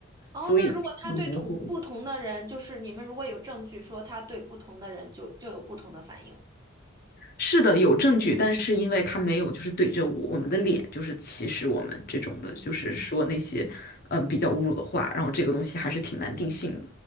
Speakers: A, on the right (about 20°); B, on the left (about 50°).
A: 哦，
B: 所以很模糊。
A: 那如果他对同不同的人，就是你们如果有证据说他对不同的人就就有不同的反应。
B: 是的，有证据，但是因为他没有就是怼着我我们的脸，就是歧视我们这种的，就是说那些嗯比较侮辱的话，
A: 嗯
B: 然后这个东西还是挺难定性的。